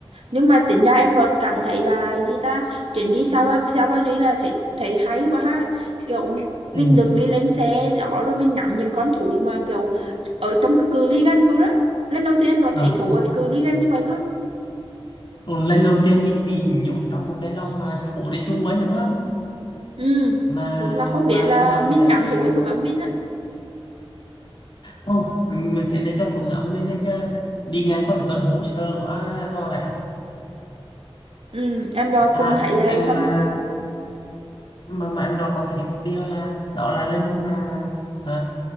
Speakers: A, on the right (about 85°); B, on the left (about 55°).
A: nhưng mà tính ra em vẫn cảm thấy là gì ta chuyến đi Sa Pa- Sa Paris là thấy thấy hay quá ha kiểu mình
B: ừ.
A: được đi lên xe đó rồi mình ngắm những con thú mà kiểu ở trong cái cự ly gần luôn đó lần đầu tiên em đã
B: Ờ,
A: thấy thú ở cự ly gần như vậy luôn
B: Còn lần đầu tiên mình bị nhốt trong một cái lồng mà thổ đi xuống quấn đúng không
A: ừ
B: mà
A: đúng là không
B: mà
A: biết là
B: em gặp
A: mình
B: thấy
A: ngắm thú hay thú ngắm mình á
B: không mình cái này cho thủ ngẫm mình để cho đi ngang qua mấy con hồ sơ của à, em lo đã
A: ừ em đã cùng
B: à
A: thấy vậy
B: em
A: xong
B: à, mà mà em đọc có thấy một điều là đó là lên mà ờ,